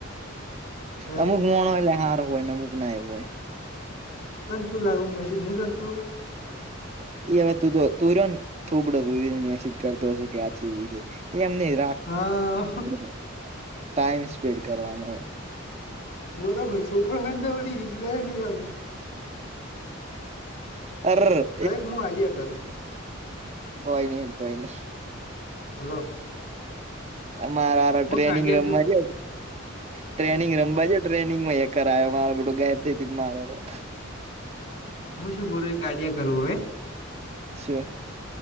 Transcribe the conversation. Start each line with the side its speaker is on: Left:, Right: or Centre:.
Left: હે
Right: અમુક મોણહ સારું હોય ને અમુક ના ય હોય.
Left: તન શું લાગે હું મેસેજ નહીં કરતો હુંવ.
Right: એલ્યા તું તો તું રયો ને થોબડા જોઈ ને મેસેજ કરતો હશે આ છોડી છે એમ નઈ.
Left: હા
Right: <unintelligible> ટાઈમ સ્પેન્ડ કરવાનો હોય.
Left: હું તો કવ છોકરો હોય ને તો ઓલી રીપલાએ નઈ આલતા.
Right: અરરર.
Left: હવે એક હું આઈડિયા કરું.
Right: કોઈ ની જ કોઈ ની.
Left: હલો.
Right: અમારા ટ્રેનિંગ
Left: હું કાઢ્યા
Right: રમવા
Left: શું
Right: જ
Left: કરું
Right: ટ્રેનિંગ રમવા. ટ્રેનિંગમાંયા કરાયો મારો બેટો ગાયબ થઈ થઈ ને મારે રયો.
Left: હું શું કરુ એક આઈડિયા કરું હવે.
Right: સ્યો.